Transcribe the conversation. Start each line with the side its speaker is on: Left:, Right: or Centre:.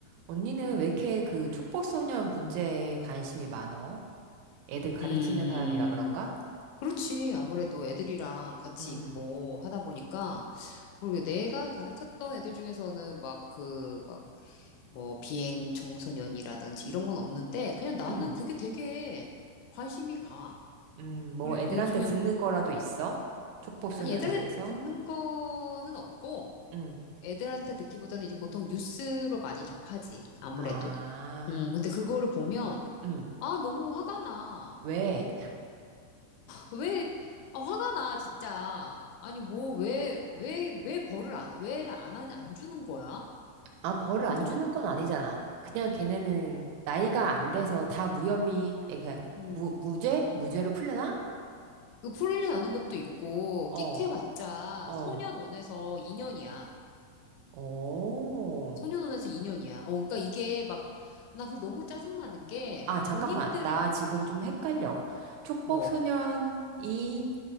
Right: 언니는 왜 이렇게 그 촉법소년 문제에 관심이 많어? 애들 가르치는
Left: 음,
Right: 사람이라 그런가?
Left: 그렇지. 아무래도 애들이랑 같이
Right: 음,
Left: 있고 하다 보니까, 그리고 내가 가르쳤던 애들 중에서는 막 그, 막, 뭐, 비행 청소년이라든지 이런 건 없는데, 그냥 나는
Right: 음,
Left: 그게 되게 관심이 가.
Right: 음, 뭐
Left: 그리고
Right: 애들한테
Left: 요즘에,
Right: 듣는 거라도 있어? 촉법소년에
Left: 아니, 애들한테
Right: 대해서?
Left: 듣는 거는 없고,
Right: 음,
Left: 애들한테 듣기보다는 이제 보통 뉴스로 많이 접하지. 아무래도.
Right: 아,
Left: 음, 근데 그거를 보면,
Right: 음,
Left: 아, 너무 화가 나.
Right: 왜?
Left: 그 왜, 아, 화가 나, 진짜. 아니, 뭐, 왜, 왜, 왜 벌을 안, 왜 안, 안, 안 주는 거야?
Right: 아, 벌을 안
Left: 촉,
Right: 주는 건 아니잖아. 그냥 걔네는 나이가 안 돼서 다 무혐의, 이렇게
Left: 음,
Right: 무, 무죄? 무죄로 풀려나?
Left: 그 풀려나는 것도 있고,
Right: 어,
Left: 끽해봤자,
Right: 어,
Left: 소년원에서 2년이야.
Right: 오.
Left: 소년원에서 2년이야. 어, 그러니까 이게 막, 나 그걸 너무 짜증나는 게,
Right: 아, 잠깐만.
Left: 본인들이,
Right: 나 지금
Left: 음,
Right: 좀 헷갈려. 촉법소년이
Left: 뭐,